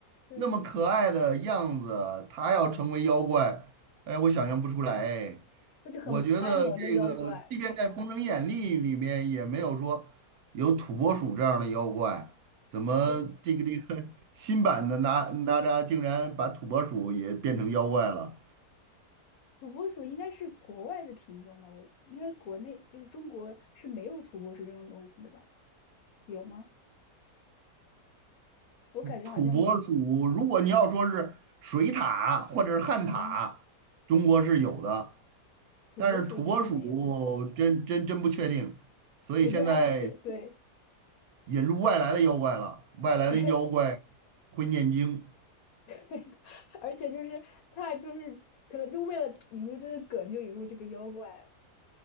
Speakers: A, on the left; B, on the right.
A: 对，
B: 那么可爱的样子，它要成为妖怪，哎，我想象不出来。哎
A: 那就很呆萌的妖怪。
B: 我觉得这个，即便在《封神演义》里面，也没有说有土拨鼠这样的妖怪。怎么这个这个
A: 土
B: <laughs> 新版的哪哪吒竟然把土拨鼠也变成妖怪了？
A: 土拨鼠应该是国外的品种吧？我应该国内就是中国是没有土拨鼠这种东西的吧？有吗？我感觉好像没有。
B: 土拨鼠，如果你要说是水獭或者是旱獭，
A: 嗯，
B: 中国是有的。
A: 土拨鼠应该没有。
B: 但是土拨鼠真真真不确定，所以现在
A: 我觉得他就是对
B: 引入外来的妖怪了，外来的妖怪
A: 对，
B: 会念经。
A: <laughs> 而且就是他就是可能就为了引入这个梗，就引入这个妖怪了。